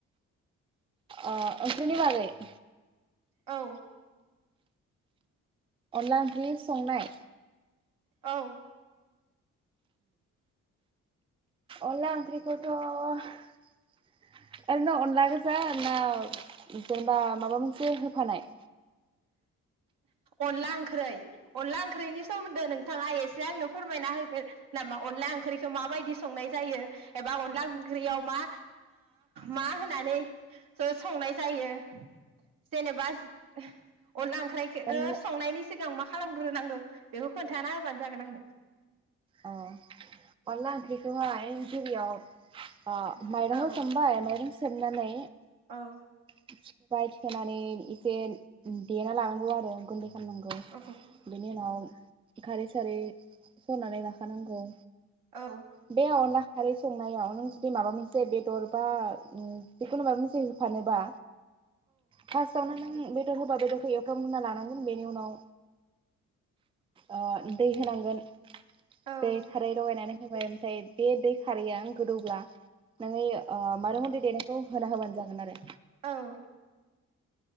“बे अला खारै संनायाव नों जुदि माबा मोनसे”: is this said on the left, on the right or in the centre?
Right